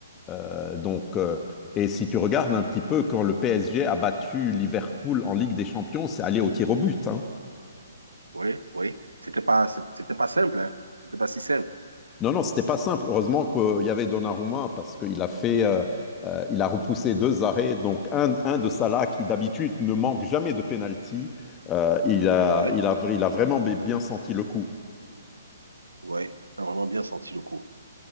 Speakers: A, on the left; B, on the right.
A: Euh, donc, euh, et si tu regardes un petit peu, quand le PSG a battu Liverpool en Ligue des Champions, c'est allé au tir au but. hein.
B: Oui, oui. C'était pas, c'était pas simple, hein. C'était pas si simple.
A: Non, non, c'était pas simple. Heureusement qu'il y avait Donnarumma parce
B: Oui.
A: qu'il a fait, euh, euh, il a repoussé deux arrêts. Donc un, un de Salah qui d'habitude ne manque jamais de penalty, euh, il a,
B: Ouais,
A: il a, il a vraiment bien senti le coup.
B: ouais, t'as vraiment bien senti le coup.